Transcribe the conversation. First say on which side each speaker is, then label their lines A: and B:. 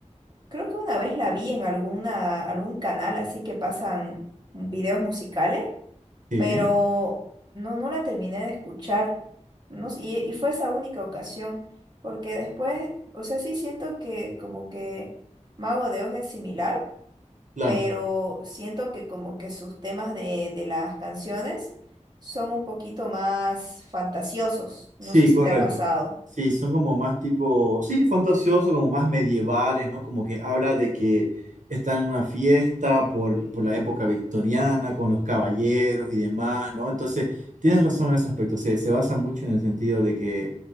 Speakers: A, on the right; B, on the right.
A: creo que una vez la vi en alguna, algún canal, así que pasan videos musicales,
B: Sí,
A: pero
B: ¿eh?
A: no, no la terminé de escuchar. No, s- y, y fue esa única ocasión, porque después, o sea, sí siento que como que Mago de Oz es similar
B: Claro.
A: pero siento que como que sus temas de, de las canciones son un poquito más fantasiosos. No
B: Sí,
A: sé si
B: correcto.
A: te ha pasado.
B: Sí, son como más tipo, sí, fantasioso, como más medievales, ¿no? Como que habla de que están en una fiesta por, por la época victoriana, con los caballeros y demás, ¿no? Entonces, tienes razón en ese aspecto, se, se basa mucho en el sentido de que